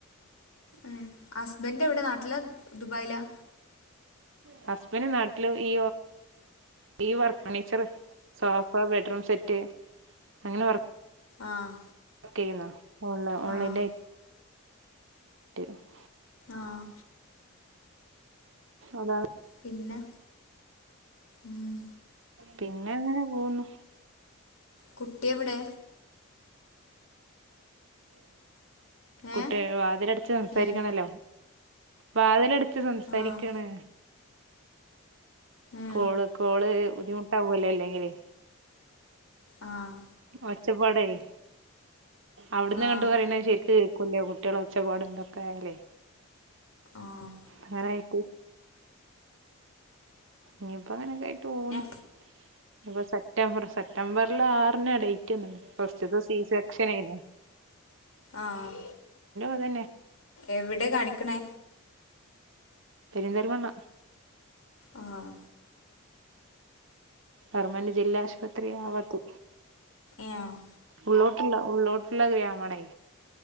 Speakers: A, on the left; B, on the right.
A: ഏഹ് ഹസ്ബന്റ് എവിടെ നാട്ടിലാ ദുബായിലാ
B: ഹസ്ബൻറ് നാട്ടില് ഈ ഈ work furniture sofa bedroom set അങ്ങനെ വ
A: ആഹ്
B: ചെയ്യ ഓ ഓൺലൈൻ
A: ആഹ്
B: <unintelligible>
A: ആഹ്
B: അതാണ്
A: പിന്നെ ഉം
B: പിന്നെ അങ്ങനെ പോവുന്നു
A: കുട്ടി എവിടെ
B: കുട്ട
A: ഏ
B: വാതിലടച്ച് സംസാരിക്കണല്ലോ
A: ഏ
B: വാതില സംസാരിക്കാണ്
A: ആഹ് ഏ
B: കോള് കോള് ബുദ്ധിമുട്ടാവല്ലോ അല്ലെങ്കില്
A: ആഹ്
B: ഒച്ചപ്പാടായി അവിടന്ന്
A: ആഹ്
B: അങ്ങട്ട് പറയണത് ശരി കേൾക്കില്ല കുട്ടികളെ ഒച്ചപ്പാടൊക്കെ ആയാലേ
A: ആഹ്
B: അങ്ങനായപ്പോ ഇയിപ്പ അങ്ങനെയൊക്കെ ആയിട്ട് പോന്നുന്നു
A: ഏ
B: ഇപ്പൊ സെപ്റ്റ സെപ്റ്റംബറിൽ ആറിന ഡേറ്റ് ഒന്ന ഫസ്റ്റ്ത്തെ ദിവസം ഇൻജെക്ഷൻ ആയിനും
A: ആഹ്
B: അതന്നെ
A: എവിടെ കാണിക്കണേ
B: പെരിന്തൽമണ്ണ
A: ആഹ്
B: ഗവർമെന്റ് ജില്ലാ ആശുപത്രി ആവാത്ത
A: ഏ ആഹ്
B: ഉള്ളോട്ടുള്ള ഉള്ളോട്ടുള്ള ഗ്രാമണേ